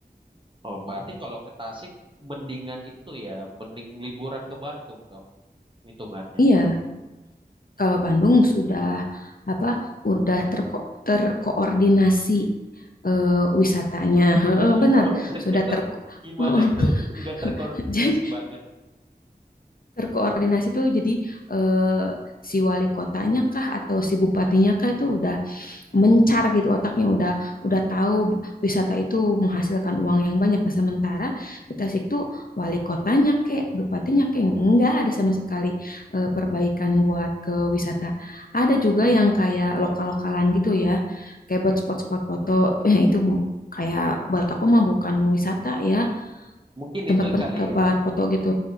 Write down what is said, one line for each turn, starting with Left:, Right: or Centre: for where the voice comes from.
Right: oh berarti kalau ke Tasik mendingan itu ya mending liburan ke Bandung dong hitungannya
Left: Iya, kalau Bandung sudah apa? Udah terko terkoordinasi eh, wisatanya. Heeh,
Right: <laughs>
Left: benar,
Right: maksudnya
Left: sudah
Right: kok
Left: ter
Right: gimana
Left: Heeh,
Right: itu nggak terkoordinasi
Left: <laughs> jadi
Right: banget
Left: terkoordinasi tuh jadi eh, si wali kotanya kah atau si bupatinya kah itu udah mencar gitu otaknya udah udah tahu wisata itu menghasilkan uang yang banyak. Nah, sementara di Tasik tuh wali kotanya kayak bupatinya kayak nggak ada sama sekali eh, perbaikan buat ke wisata. Ada juga yang kayak lokal-lokalan gitu ya, kayak buat spot-spot foto eh, itu bu- kayak buat aku mah bukan wisata ya,
Right: mungkin
Left: tempat-tempat
Right: itu kali ya
Left: foto gitu.